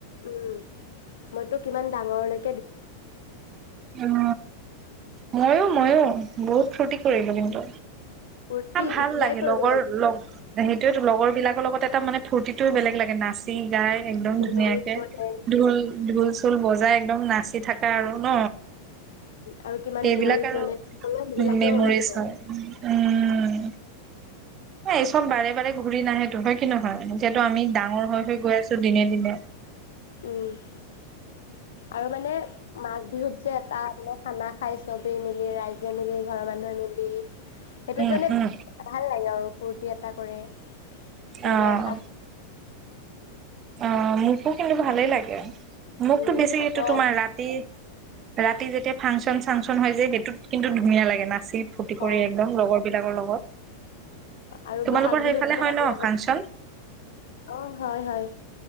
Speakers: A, on the left; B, on the right.
A: উম মইতো কিমান ডাঙৰ লৈ
B: উম মইয়ো মইয়ো। বহুত ফূুৰ্তি কৰিলো কিন্তু।
A: ফূৰ্তি
B: ভাল
A: এতিয়াই
B: লাগে
A: কৰিব
B: লগৰ
A: লাগিব
B: লগ সেইটোয়েটো লগৰ বিলাক বিলাকৰ লগত এটা মানে ফুৰ্টিটোৱে বেলেগ লাগে নাচ চি গাই একদম
A: মেমৰিজ
B: ধুনীয়াকে
A: বনে
B: ঢোল ঢোল চোল বজাই একদম নাচি থাকা আৰু ন?
A: আৰু কিমান
B: এইবিলাক
A: মেমৰিজ
B: আৰু
A: বনে সেইবিলাকে
B: মেমৰিজ
A: মনত পৰে
B: হয়। উম। এই চব বাৰে বাৰে ঘূৰি নাহেটো, হয় কি নহয়? এতিয়াটো আমি ডাঙৰ হৈ হৈ গৈ আছো দিনে দিনে।
A: উম। আৰু মানে মাঘ বিহুত যে এটা খানা খাই চবেই মিলি, ৰাইজে মিলি, ঘৰৰ মানুহে মিলি। সেইটোত
B: উম
A: মানে
B: উম
A: ভাল লাগে আৰু ফূৰ্তি এটা কৰে। চবে
B: অহ।
A: এসাঁজ
B: অ, মোকো কিন্তু ভালেই লাগে। মোকতো
A: উম
B: বেছি
A: আকৌ
B: এইটো তোমাৰ ৰাতিত ৰাতি যেতিয়া ফাংচন চাংচন হৈ যায় সেইটোত কিন্তু ধুনীয়া লাগে নাচি ফূৰ্তি কৰি
A: অ'
B: একদম লগৰ বিলাকৰ লগত।
A: আৰু
B: তোমালোকৰ
A: বহাগ বিহুত
B: সেইফালে
A: যে
B: হয় ন ফাংচন
A: অ হয় হয়।